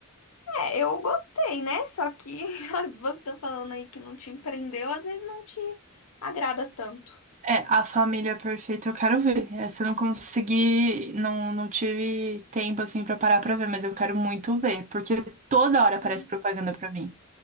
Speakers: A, on the left; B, on the right.
A: É, eu gostei, né? Só que <laughs> as você tá falando aí que não te empreendeu, às vezes não te agrada tanto.
B: É, A Família Perfeita eu quero ver. Essa eu não consegui, não, não tive tempo assim pra parar pra ver, mas eu quero muito ver, porque toda hora aparece
A: Uhum.
B: propaganda pra mim.